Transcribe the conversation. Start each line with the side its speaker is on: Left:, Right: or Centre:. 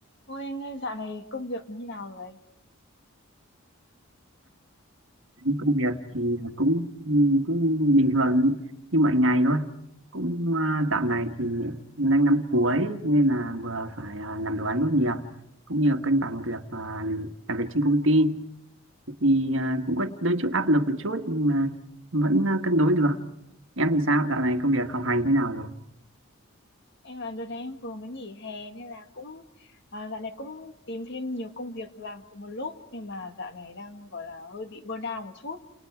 Left: Ôi anh ơi, dạo này công việc như nào rồi?
Right: công việc thì cũng cũng bình thường như mọi ngày thôi cũng à, dạo này thì mình đang năm cuối cho nên là vừa phải à, làm đồ án tốt nghiệp cũng như là cân bằng việc à, làm việc trên công ty thì à, cũng có đôi chút áp lực một chút nhưng mà vẫn à, cân đối được em thì sao dạo này công việc học hành thế nào rồi
Left: Em là đợt này em vừa mới nghỉ hè nên là cũng à, dạo này cũng tìm thêm nhiều công việc làm cùng một lúc nhưng mà dạo này đang gọi là hơi bị burnout một chút.